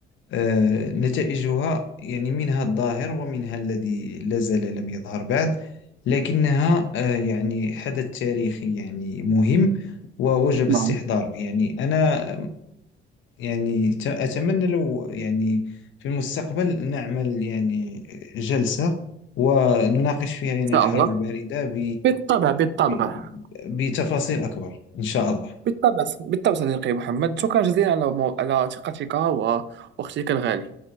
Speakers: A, on the left; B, on the right.
A: آه، نتائجها يعني منها الظاهر ومنها الذي لا زال لم يظهر بعد لكنها آه، يعني حدث تاريخي يعني مهم ووجب
B: نعم
A: استحضاره يعني أنا يعني ت- أتمنى لو يعني في المستقبل نعمل يعني جلسة ونناقش فيها يعني
B: إن
A: الحرب
B: شاء الله
A: الباردة ب...
B: بالطبع بالطبع
A: ب... بتفاصيل أكبر إن شاء الله
B: بالطبع بالطبع صديقي محمد شكرا جزيلا على مو... على ثقتك ووقتك الغالي